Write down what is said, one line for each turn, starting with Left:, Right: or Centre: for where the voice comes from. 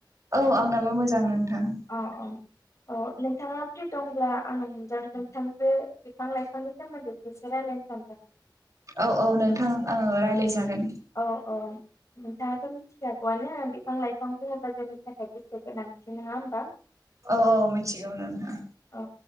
Right: औ आंनाबो मोजां नोंथां।
Left: औ औ औ नोंथाङा फ्रि दंब्ला आं नोंथांजो बिफां लाइफांनि सोमोन्दै सो रायजलायनो सानदों।
Right: औ औ नोंथां ओं रायलाय जागोन।
Left: औ औ नोंथाङाथ' मिथिखागौआनो बिफां लाइफां बुङोबा जोंनि थाखाय गोसो गोनांथि नङा होमबा?
Right: औ औ मिथिगौ नोंथां।
Left: ओ